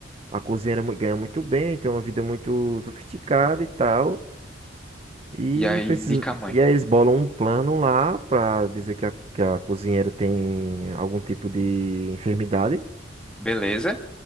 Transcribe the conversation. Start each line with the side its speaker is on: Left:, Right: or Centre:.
Right: A cozinheira mu- ganha muito bem, tem uma vida muito sofisticada e tal. E
Centre: E aí
Right: precisa...
Centre: indica a mãe.
Right: E aí eles bolam um plano lá pra dizer que a, que a cozinheira tem algum tipo de enfermidade.
Centre: Beleza?